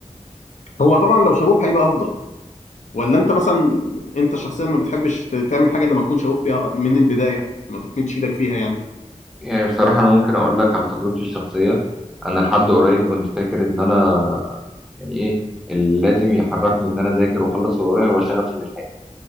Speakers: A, on the left (about 70°); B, in the centre.
A: هو طبعا لو شغوف هيبقى افضل ولا انت مثلا انت شخصيا ما بتحبش ت- تعمل حاجة لما تكون شغوف بيها من البداية ما بتمدش ايدك فيها يعني
B: يعني بصراحة انا ممكن اقول لك على تجربتي الشخصية انا لحد قريب كنت فاكر ان انا يعني ايه اللي لازم يحركني ان انا اذاكر واخلص اللي ورايا هو شغفي بالحاجة